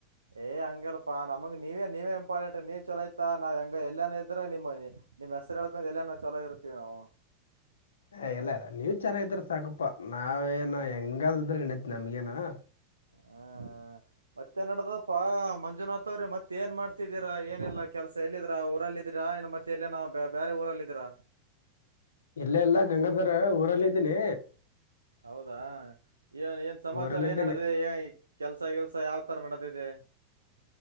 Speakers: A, on the right; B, on the left.
A: ಏ ಹಂಗಗೆಲ್ಪಾ ನಮಗ್ ನೀವೇ ನೀವೇ ಇಂಪಾರ್ಟೆಂಟ್ ನೀ ಚಲ ಐತಾ ನಾವ್ ಹೆಂಗ ಎಲ್ಲನ ಇದ್ರೆ ನಿಮ್ಮ್ ಮನೆಿ ನಿಮ್ಮ ಹೆಸರುಳ್ಕೊಂಡ ಎಲ್ಲನ ಚಲೋ ಇರ್ತೀವಿ ನಾವು
B: ಹ ಎಲ್ಲ ಇಲ್ಲ ನೀವ ಚೆನ್ನಾಗಿದ್ರ ಸಾಕಪ್ಪಾ ನಾವೇಏನು
A: ಆ
B: ಹೆಂಗಾದ ಇದ್ರೆ ನೆ ನಮ್ಗೆನಾ
A: ಹ್ಮ ಮತ್ತೆ ನಡದಪ್ಪಾ ಮಂಜುನಾಥ ಅವ್ರಿ ಮತ್ತ ಏನ್ ಮಾಡ್ತಿದ್ದೀರಾ ಏನಲ್ಲಾ ಕೆಲ್ಸ ಎಲ್ಲಿದ್ರಾ ಊರಲ್ಲಿದ್ದೀರಾ ಇನ್ನು ಮತ್ತೆ ಎಲ್ಲೇನ ಬ್ಯ ಬೇರೆ ಊರಲ್ಲ ಇದಿರಾ
B: ಇಲ್ಲ ಇಲ್ಲ ಗಂಗಾಧರ ಊರಲ್ಲಿದ್ದೀನಿ
A: ಹೌದಾ ಏನ್ ಏನ್ ಸಮಾಚಾರ
B: ಊರಲ್ಲಿದ್ದೀನಿ
A: ಏನ್ ನಡೆದಿದೆ ಏ ಕೆಲ್ಸ ಗಿಲ್ಸ ಯಾವ್ ತರ ನಡೆದಿದೆ